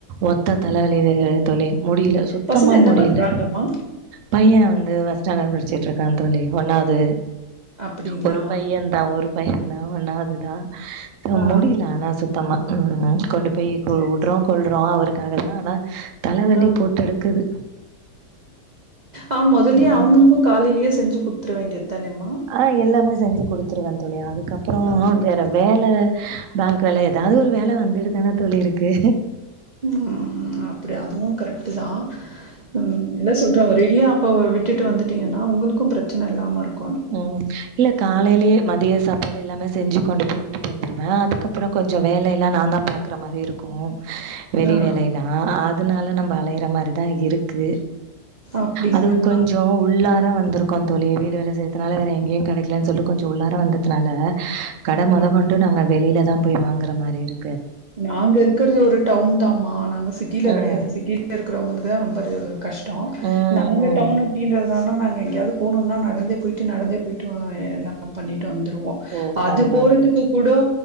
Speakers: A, on the right; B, on the right.
A: ஒத்த தலைவலி தோழி முடியல சுத்தமா
B: பசங்க என்ன
A: முடியல
B: பண்றாங்கம்மா?
A: பைய வந்து பஸ்ட் ஸ்டாண்டேட் படிச்சிட்டு இருக்கான் தோழி ஒன்னாது
B: அப்படிங்களா?
A: ஒரு பையன் தா ஒரு பைய தா ஒன்னாது தா
B: ஆ
A: முடியல ஆனா சுத் சுத்தமா ம் கொண்டு போய்
B: சரி.
A: வுடுறோ
B: சரி.
A: கொல்றோ அவருக்காக தா ஆனா தலவலி
B: ஆ
A: போட்டெடுக்குது
B: ஆ மொதல்யே
A: ம்
B: அவங்களுக்கு காலையிலேயே செஞ்சு குடுத்துர வேண்டி தானேம்மா
A: ஆ எல்லாமே செஞ்சு குடுத்துருவே தோழி அதுக்கப்பற
B: ஆ.
A: வேற வேல பேங்க் வேல ஏதாவது ஒரு வேல வந்துட்டு தானே தோழி இருக்கு
B: ம் அப்டி அதுவு கரெக்ட் தா ம் என்ன சொல்ற ஒரு அடியா அப்ப விட் விட்டு வந்துட்டீங்கன்னா உங்களுக்கு பிரச்சனை இல்லாம இருக்
A: ம் இல்ல காலையிலே மதிய சாப்பாடு எல்லாமே செஞ்சு கொண்டு போய் வுட்டுந்துடுவே அதுக்கப்பறோ கொஞ்ச வேலைல்லா நா தா பாப் இருக்குற மாறி இருக்கு வெளி
B: ஆ
A: வேலையில யா அதனால நம்ம அலையற மாறி தா இருக்கு
B: அப்டிங்களா
A: அதுவு கொஞ்சோ உள்ளார வந்திருக்கோ தோழி வீடு வேல செய்யறதுனால வேற எங்கேயு கெடைக்கலன்னு சொல்லிட்டு கொஞ்சோ உள்ளார வந்ததுனால கடை மொத
B: அம்
A: கொண்டு நாங்க வெளில தா போய் வாங்கற மாரி இரு
B: நாங்க இருக்குறது ஒரு டவுன் தாம்மா நாங்க சிட்டியில
A: ம்.
B: கெடையாது சிட்டில இருக்கிறவங்களுக்கு தா ரொம்ப கஷ்டோ
A: ம்,
B: நாங்க
A: ம்.
B: டவுனு அப்டின்றதுனால நாங்க எங்கேயாவது போணுன்னா நடந்தே போய்ட்டு நடந்தே போய்ட்டு எல்லா பண்ணிட்டு வந்துருவோ
A: ஓ! பரவால்ல.
B: அது போறதுக்கு கூடோ